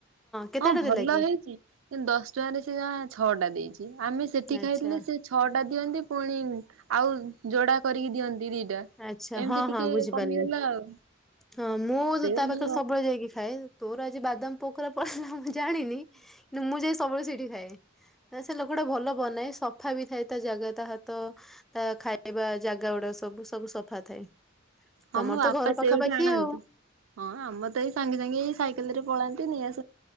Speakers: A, in the centre; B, on the right.
A: କେତେଟା
B: ହଁ ଭଲ
A: ଦେଲା କି?
B: ହେଇଚି କିୁନ୍ତୁ ଦଶ ଟଙ୍କାରେ ସେ ଯମା ଛଅଟା ଦେଇଚି। ଆମେ ସେଠି
A: ଆଚ୍ଛା
B: ଖାଇଥିଲେ ସେ ଛଅ ଟା ଦିଅନ୍ତି ପୁଣି ଆଉ ଯୋଡା କରିକି ଦିଅନ୍ତି ଦିଇ ଟା
A: ଆଚ୍ଛା
B: ଏମିତି
A: ହଁ
B: ଟିକେ
A: ହଁ ବୁଝିପାରିଲି
B: କମିଗଲା ଆଉ।
A: ହଁ ମୁଁ
B: ସେଇ
A: ତା ପାଖରେ
B: ମୁଁ
A: ସବୁବେଳେ ଯାଇକି ଖାଏ ତୋର ପୁରା ଆଜି ବାଦାମ ପୋକରା ପଳେଇଲା ହୁଁ ହୁଁ ମୁଁ ଜାଣିନି କିନ୍ତୁ ମୁଁ ଯାଇ ସବୁବେଳେ ସେଇଠି ଖାଏ। ନା ସେ ଲୋକଟା ଭଲ ବନାଏ ସଫା ବି ଥାଏ ତା ଜାଗା ତା ହାତ ତା ଖାଇବା ଜାଗା। ଗୁଡା ସବୁ ସବୁ ସଫା ଥାଏ। ତମର
B: ହଁ ମୋ ବାପା
A: ତ ଘର
B: ସେଉଠୁ
A: ପାଖାପାଖି
B: ଆଣନ୍ତି
A: ଆଉ
B: ହଁ ଆମର ତ ଏଇ ସାଙ୍ଗେ ସାଙ୍ଗେ ଏଇ ସାଇକେଲ ରେ ପଳାନ୍ତି ନେଇ ଆ